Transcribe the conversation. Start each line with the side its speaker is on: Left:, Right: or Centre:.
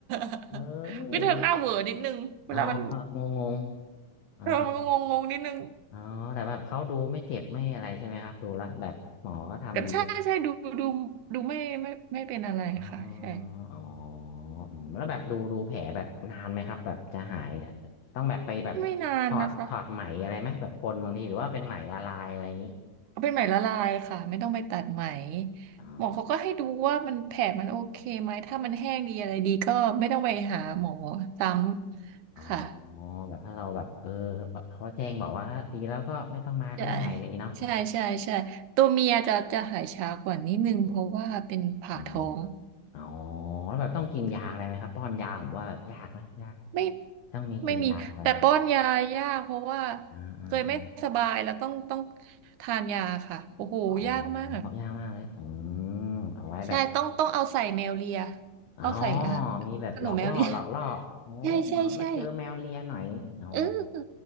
Right: <laughs>
Left: เอ้
Right: วิธีหน้าเหวอนิดนึงเวลามัน
Left: ยอ๋องงง อ๋อ
Right: เรามันก็งงงนิดนึง
Left: อ๋อแต่แบบเขาดูไม่เจ็บไม่อะไรใช่ไหมครับดูละแบบหมอก็ทำดี
Right: กันใช่ใช่ดูดูดูไม่ไม่ไม่เป็นอะไรค่ะใช่
Left: อ๋ออ๋ออืมแล้วแบบดูดูแผลแบบนานไหมครับแบบจะหายอะต้องแบบไปแบบถอดถอดไหมอะไรไหมแบบคนบางทีหรือว่าเป็นไหมละลายอะไรอย่างนี้
Right: ไม่นานนะคะเอาเป็นไหมละลายค่ะไม่ต้องไปตัดไหม
Left: อ๋อ
Right: หมอเขาก็ให้ดูว่ามันแผลมันโอเคไหมถ้ามันแห้งดีอะไรดีก็ไม่ต้องไปหาหมอซ้ำค่ะ
Left: อ๋ออ๋อแบบถ้าเราแบบเออแบบเขาแจ้งบอกว่าถ้าดีแล้วก็ไม่ต้องมาก็ได้อะไรอย่างนี้เนาะ
Right: ใช่ใช่ใช่ใช่ตัวเมียจะจะหายช้ากว่านิดนึงเพราะว่าเป็นผ่าท้อง
Left: อืมอ๋อแล้วแบบต้องกินยาอะไรไหมครับป้อนยาผมว่าแบบยากนะยาก
Right: ไม่
Left: ต้องมีกินยาอะไรไหม
Right: ไม่มีแต่ป้อนยายากเพราะว่า
Left: อ่าอ่าอา
Right: เคยไม่สบายแล้วต้องต้องทานยาค่ะโอ้โหยากมาก
Left: อ๋อเพราะยากมากเลยอืมเอาไว้แบบ
Right: ใช่ต้องต้องเอาใส่แมวเลีย
Left: อ๋อ
Right: เอาใส่อาหารขนมแมวเลีย
Left: มีแบบหลอกล่อหลอกล่อโอ้
Right: <laughs> ใช่ใช่ใช่
Left: มาเจอแมวเลียหน่อยอ๋อ
Right: เออ